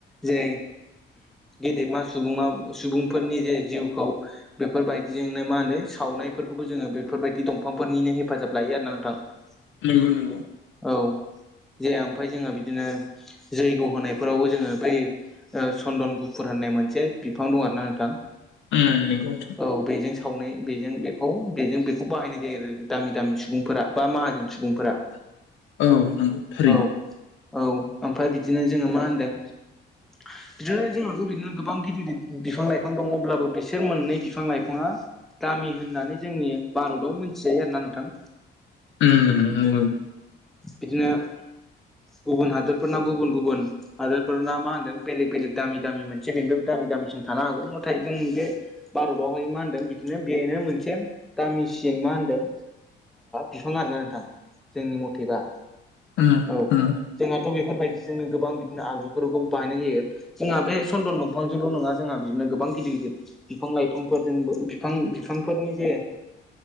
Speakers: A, in the centre; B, on the left (about 70°).
A: ज गेदेमा सुबङा सुबुंफोरनि जे जिउखौ बेफोरबायदिजोंनो मा होनो सावनायफोरखौबो जोङो बेफोरबायदि दंफांफोरनिनो हेफाजाब लायो आरो ना नोंथां औ
B: नंगौ नंगौ
A: औ जाया ओमफ्राय जोङो बिदिनो जै गौ होनायफोरावबो जोङो बै सन्दन गुफुर होननाय मोनसे बिफां दं आरो ना नोंथां
B: ेंथ
A: औ बेजों सावनाय बेजों बेखौ बेजों बेखौ बाहायनाय जायो आरो दामि दामि सुबुंफोरा बा माहाजोन सुबुंफोरा
B: औ नंगौ थारैनो
A: औ औ ओमफ्राय बिदिनो जोङो मा होनदों बिदिनो जोंह' बिदिनो गोबां गिदिर गिदिर बिफां लाइफां दङ अब्लाबो बिसोर मोननै बिफां लाइफाङा दामि होननानै जोंनि भारताव मोनथिजायो आरो ना नोंथां
B: उम नंगौ उम
A: बिदिनो गुबुन हादोरफोरनाव गुबुन गुबुन हदारफोरना मा होन्दों बेलेग बेलेग दामि दामि मोनसे बेनिबायबो दामि दामिसिन थानो हागौ नाथाय जों बे भारतावहाय मा होनदों बिदिनो बेनो मोनसे दामिसिन मा होनदों बिफां आरोना नोंथां जोंनि मथेबा
B: उम
A: औ
B: उम
A: जोंहाथ' बेफोरबायदि जोङो गोबां बिदिनो आगजुफोरखौ बाहायनाय जायो जोंहा बे चन्दन दंफांजोंल' नङा जोंहा बिदिनो गोबां गिदिर गिदिर बिफां लाइफांफोरजोंबो बिफां बिफांफोरनि जे